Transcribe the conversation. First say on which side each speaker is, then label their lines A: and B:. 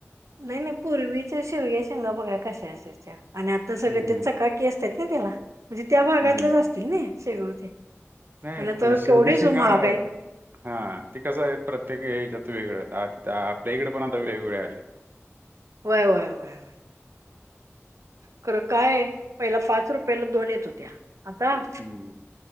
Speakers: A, on the right; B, on the right.
A: नाही नाही पूर्वीच्या शिवग्या, शेंगा बघा कश्या असायच्या आणि आता सगळं
B: हम्म
A: ते चकाट के असत्यात ना त्याला म्हणजे त्या भागातलेच
B: हम्म
A: असतील ना शेगव चे.
B: नाही
A: म्हणलं त्यो
B: तर शेवग्या
A: केवढेच
B: शेंगा
A: महाग आहे.
B: हा ते कसं आहे प्रत्येक हेच्यात वेगळं आता आपल्या इकडे पण आता वेगवेगळे आल्यात.
A: व्हय व्हय व्हय. खरं काय पहिला पाच रुपयाला दोन येत होत्या आता
B: हम्म